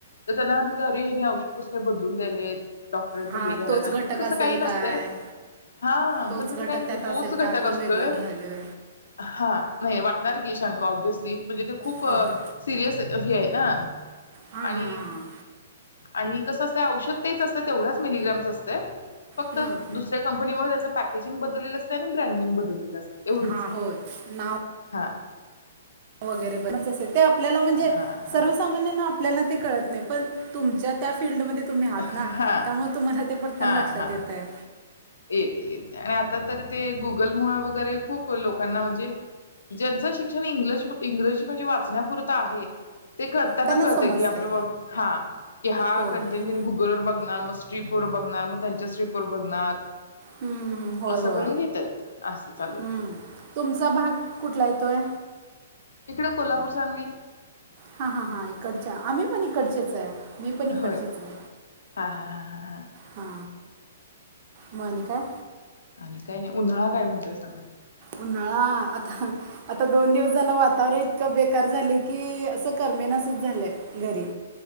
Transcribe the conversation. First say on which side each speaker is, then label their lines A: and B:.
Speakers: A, on the left; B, on the right.
A: त्यांना वाटतंय की अरे यांनी मी औषध कसं काय बदलून द्यायलेय डॉक्टरां
B: हा
A: तर हे घ्यायला
B: तोच
A: सांगित
B: घटक
A: पण तस
B: असेल
A: काही नसतं.
B: काय
A: हा
B: तोच
A: पण तस
B: घटक
A: काही नसतय
B: त्यात
A: तोच
B: असेल
A: घटक
B: काय आपण
A: असतोय
B: वेगळं घ्यायलो
A: हा नाही वाटणार की शंका ऑब्बेस्ली. म्हणजे ते खूप
B: होय होय
A: सिरियस हाय हे हाय ना.
B: हां
A: आणि
B: हां हां
A: आणि कसं असतय औषध तेच असत तेवढाच मिलिग्रॅमचं असतय. फक्त
B: हम्म.
A: दुसऱ्या कंपनीमुळे त्याच पॅकेजिंग बदललेलं असतय आणि ब्रँड नेम बदललेलं असत य एवढंच
B: हा होय नाव
A: हा.
B: वगैरे <unintelligible> आपल्याला म्हणजे
A: हां, हां.
B: सर्वसामान्यांना आपल्याला ते कळत नाय पण तुमच्या त्या फिल्डमध्ये तुम्ही आहात
A: हां,
B: ना त्यामुळे तुम्हाला ते पटकन
A: हां,
B: लक्षात
A: हां.
B: येतय.
A: येते येते आणि आता तरी ते गुगल <unintelligible> वगरे खूप लोकांना म्हणजे ज्यांचं शिक्षण इंग्रजी म्हणजे वाचण्यापुरतं आहे ते <unintelligible> कळताना
B: त्यांना
A: कळतय
B: समजतंय
A: की आपलं हा की हा
B: होय
A: कंटेंट
B: हम्म,
A: तु गुगल वर बघून मग स्किप वर बघणार मग त्यांच्या स्किप वर बघणार.
B: हम्मम् हम्म होय
A: असं
B: होय
A: करून घेतात असं चालू
B: हम्म
A: आहे
B: तुमचा भाग कुठला येतोय?
A: इकडे कोल्हापूर-सांगली.
B: हा हा हा इकडच्या आम्ही पण इकडचेच आहे. मी पण इकडचिचाय
A: होय हा हा हा हा
B: हा. म आणि काय?
A: आणि काय नाही उन्हाळा काय म्हणतोय सांगा.
B: उन्हाळा आता आता दोन दिवस झालं वातावरण इतकं बेकार झालय की असं करमेनास च झालंय घरी.